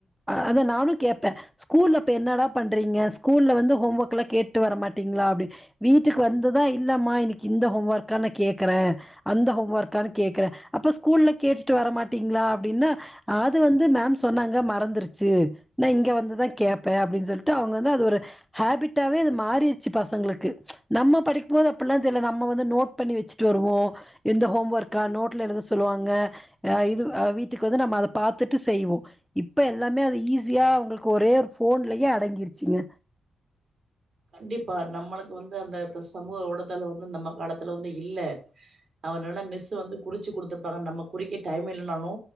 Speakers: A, in the centre; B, on the right (about 50°).
A: அத நானு கேட்பே ஸ்கூல்ல அப்ப என்னடா பண்றீங்க ஸ்கூல்ல வந்து ஹோம் ஒர்க்லா கேட்டு வரமாட்டீங்ளா அப்டி வீட்டுக்கு வந்துதா இல்லமா இன்னைக்கி இந்த ஹோம் ஒர்க்கானு கேக்குறே அந்த ஹோம் ஒர்க்கானு கேக்குறே அப்ப ஸ்கூல்ல கேட்டுட்டு வரமாட்டீங்களா அப்டின்னா அது வந்து மேம் சொன்னாங்க மறந்துருச்சி நா இங்க வந்துதா கேப்பே அப்டின்னு சொல்லிட்டு அவுங்க வந்து அது ஒரு ஹேபிட்டாவே அது மாறிருச்சி பசங்களுக்கு நம்ம படிக்கும்போது அப்டில்லா தெர்ல நம்ம வந்து நோட் பண்ணி வெச்சிட்டு வருவோ இந்த ஹோம் ஒர்க்க நோட்ல எழுந்து சொல்லுவாங்க அ இது அ வீட்டுக்கு வந்து நம்ம அத பாத்துட்டு செய்வோ இப்ப எல்லாமே அது ஈஸியா உங்களுக்கு ஒரே ஒரு ஃபோன்லயே அடங்கிருச்சிங்க
B: கண்டிப்பா நம்மளுக்கு வந்து அந்த சமூக ஊடதலோ வந்து நம்ம காலத்துல வந்து இல்ல அதனால மிஸ் வந்து குறிச்சி குடுத்திருப்பாங்க நம்ம குறிக்க டைம் இல்லனானு